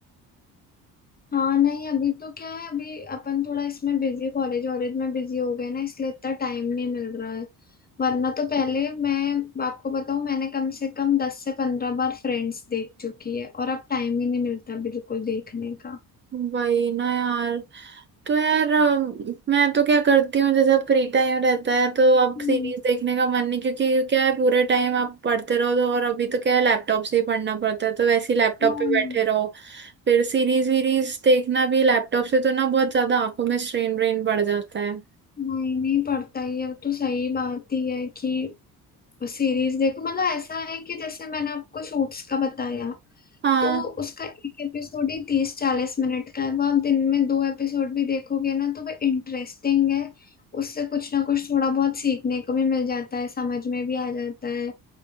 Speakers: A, on the left; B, on the right.
A: हाँ नहीं अभी तो क्या है अभी अपन थोड़ा इसमें बिजी कॉलेज वॉलेज में बिजी हो गए ना इसलिए इतना टाइम नहीं मिल रहा है वरना तो पहले मैं आपको बताऊं मैंने कम से कम दस से पंद्रह बार फ्रेंड्स देख चुकी है और अब टाइम ही नहीं मिलता बिल्कुल देखने का
B: वही ना यार तो यार अ, मैं तो क्या करती हूँ जैसे अब फ्री टाइम रहता है तो अब
A: हम्म,
B: सीरीज देखने का मन नहीं क्योंकि क्या है पूरे टाइम आप पढ़ते रहो तो और अभी तो क्या है लैपटॉप से ही पढ़ना पड़ता है तो वैसे ही लैपटॉप
A: हाँ
B: पे बैठे रहो फिर सीरीज वीरीज देखना भी लैपटॉप से तो ना बहुत ज्यादा आंखों में स्ट्रेन व्रेन बढ़ जाता है
A: नहीं नहीं पड़ता ये तो सही बात ही है कि सीरीज देखो मतलब ऐसा है कि जैसे मैंने आपको सूट्स का बताया
B: हाँ
A: तो उसका एक एपिसोड ही तीस चालीस मिनट का है वो आप दिन में दो एपिसोड भी देखोगे ना तो वह इंटरेस्टिंग है उससे कुछ ना कुछ थोड़ा बहुत सीखने को भी मिल जाता है समझ में भी आ जाता है